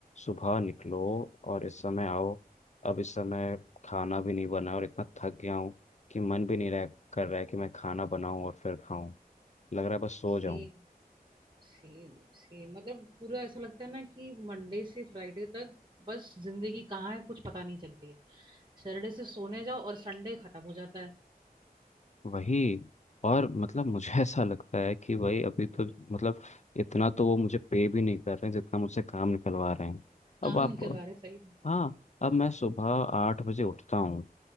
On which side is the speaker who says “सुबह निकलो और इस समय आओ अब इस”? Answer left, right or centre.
Left